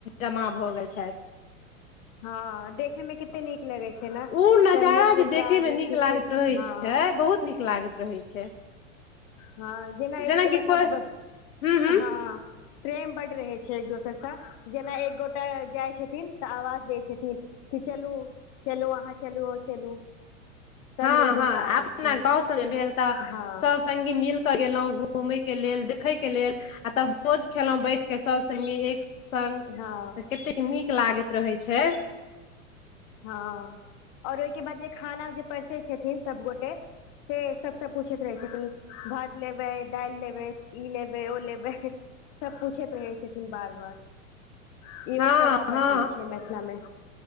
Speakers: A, on the left; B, on the left.
A: जमा भऽ गेल छथि
B: हँ देखे मे कते नीक लगै छै ने
A: उ नजारा
B: सब मिल जुल
A: जे देखेमे
B: कऽ आबै
A: नीक
B: छथिन
A: लागैत रहैत
B: हँ
A: छै बहुत नीक लागैत रहैत छै
B: हँ जेना एक
A: जेनाकि
B: मतलब
A: कोइ हूँ हूँ
B: हँ प्रेम बड्ड रहै छै एक दोसरसँ जेना एक गोटा जाइ छथिन तऽ आवाज दै छथिन कि चलू चलू अहाँ चलू आ चलू सब
A: हँ
B: मिल जुल
A: हँ
B: कऽ आबै
A: अपना
B: छै
A: गाँंव सबमे भेल तऽ
B: हँ
A: सब सखी मिल के गेलहुँं घूमय के लेल देखै के लेल आ तब भोज खेलहुँ बैठ कऽ सभ सङ्गी एक सङ्ग
B: हँ
A: तऽ कतेक नीक लागैत रहै छै
B: हँ और ओहिके बाद जे खाना जे परसै छथिन सबगोटे से सबसँ पूछैत रहै छथिन भात लेबै दालि लेबै ई लेबै ओ लेबै सब पूछैत रहै छथिन बार बार इहो
A: हँ
B: स्वभाव
A: हँ
B: बड्ड नीक छै मिथिला मे